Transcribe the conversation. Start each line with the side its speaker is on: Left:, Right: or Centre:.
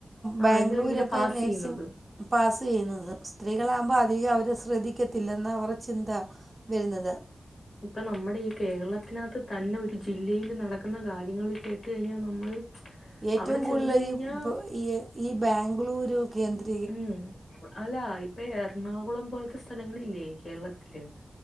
Left: ആ
Right: ബാംഗ്ലൂരൊക്കെ
Left: ഇത് ഇങ്ങനെ പാസ്
Right: നേഴ്സിങ്
Left: ചെയ്യുന്നത്
Right: പാസ് ചെയ്യുന്നത് സ്ത്രീകളാവുമ്പ അധികം അവരെ ശ്രദ്ധിക്കത്തില്ലെന്നാ അവറെ ചിന്ത വരുന്നത്
Left: ഇപ്പ നമ്മുടെ ഈ കേരളത്തിനകത്ത് തന്നെ ഒരു ജില്ലയില് നടക്കുന്ന കാര്യങ്ങള് കേട്ട് കഴിഞ്ഞാ നമ്മള്
Right: ഏറ്റവും
Left: അവിടെ
Right: കൂടുതല്
Left: ചെന്ന് കഴിഞ്ഞാ
Right: ഈ പ്പൊ ഈ ഈ ബാംഗ്ലൂരു കേന്ദ്ര
Left: ഉം അല്ല ഇപ്പ എർണാങ്കുളം പോൽത്തെ സ്ഥേ സ്ഥലങ്ങളില്ലേ കേരളത്തില്